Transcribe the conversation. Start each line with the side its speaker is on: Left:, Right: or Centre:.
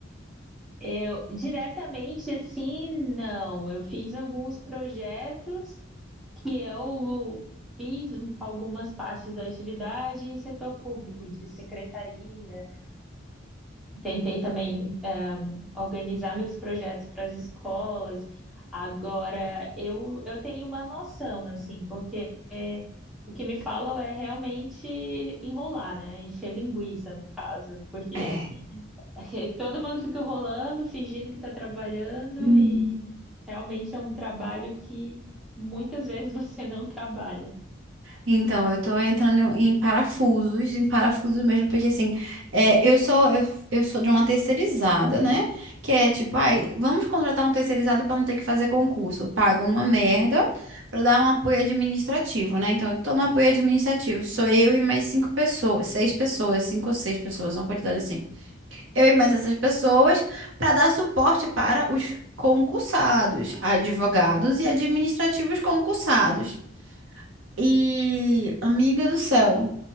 Centre: Eu, diretamente, assim, não, eu fiz alguns projetos que eu fiz algumas partes da atividade em setor público, de secretaria, tentei também organizar meus projetos para as escolas. Agora, eu, eu tenho uma noção, assim, porque é, o que me falam é realmente enrolar, né? Encher linguiça, no caso, porque
Right: É.
Centre: <laughs> todo mundo fica enrolando, fingindo que está trabalhando,
Right: Hum.
Centre: e realmente é um trabalho que muitas vezes <laughs> você não trabalha.
Right: Então, eu tô entrando em parafusos, em parafusos mesmo, porque assim, é, eu sou eu, eu sou de uma terceirizada, né? Que é tipo, ai, vamos contratar um terceirizado para não ter que fazer concurso. Paga uma merda para dar um apoio administrativo, né? Então, eu tô no apoio administrativo, sou eu e mais cinco pessoas, seis pessoas, cinco ou seis pessoas, uma quantidade assim. Eu e mais essas pessoas para dar suporte para os concursados, advogados e administrativos concursados. E, amiga do céu,